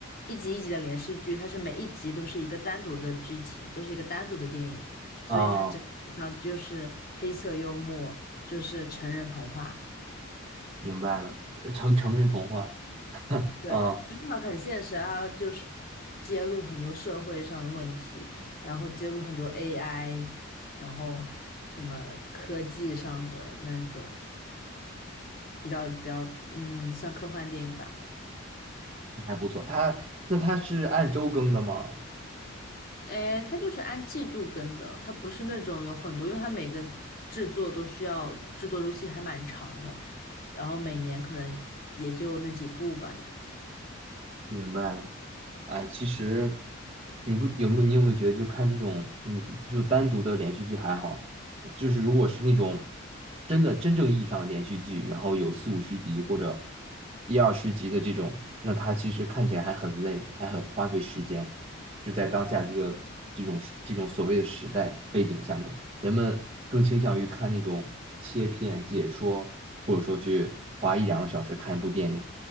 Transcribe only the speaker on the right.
啊？啊，
明白了，成成人童话
啊，
还不错。它那它是按周更的吗？
明白了。哎，其实你不有没有你有没有觉得，就看这种嗯，就单独的连续剧还好，就是如果是那种真的真正意义上的连续剧，然后有四五十集或者一二十集的这种，那它其实看起来还很累，还很花费时间。就在当下这个这种时这种所谓的时代背景下面，人们更倾向于看那种切片解说，或者说去花一两个小时看一部电影，